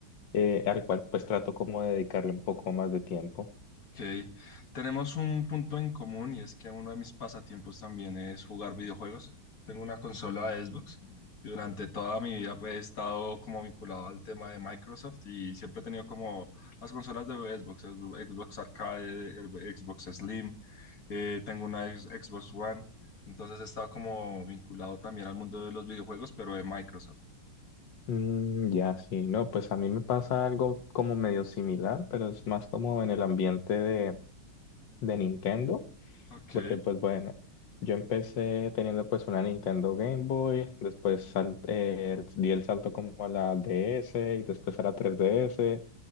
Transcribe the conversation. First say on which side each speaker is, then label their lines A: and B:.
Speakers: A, on the left; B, on the left.
A: eh, al cual pues trato como de dedicarle un poco más de tiempo.
B: ok. Tenemos un punto en común y es que uno de mis pasatiempos también es jugar videojuegos. Tengo una consola de Xbox y durante toda mi vida pues, he estado como vinculado al tema de Microsoft y siempre he tenido como las consolas de Xbox, Xbox Arcade, Xbox Slim. eh, tengo una ex- Xbox One, entonces he estado como vinculado también al mundo de los videojuegos, pero de Microsoft.
A: Mm, ya, sí, no, pues a mí me pasa algo como medio similar, pero es más como en el ambiente de, de Nintendo.
B: Ok,
A: Porque pues bueno, yo empecé teniendo pues una Nintendo Game Boy, después sal- eh, el- di el salto como a la DS y después a la 3DS,